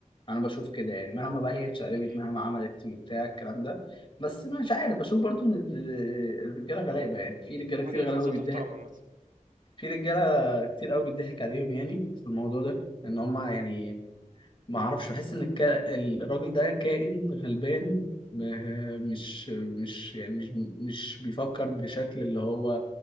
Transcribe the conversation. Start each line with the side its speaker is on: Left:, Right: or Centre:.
Left: انا بشوف كده يعني مهما بقى هي اتشقلبت
Right: اوكي
Left: مهما عملت بتاع الكلام ده بس مش عارف بشوف برضو ان ال- الرجاله غلابه يعني في رجاله
Right: وجهه
Left: كتير غلابه
Right: نظر
Left: بيضحك
Right: تحترم عامه
Left: في رجاله كتير قوي بيضحك عليهم يعني في الموضوع ده ان هم يعني ما اعرفش بحس ان الكا... الراجل ده كائن غلبان ما- مش مش يعني مش مش بيفكر بشكل اللي هو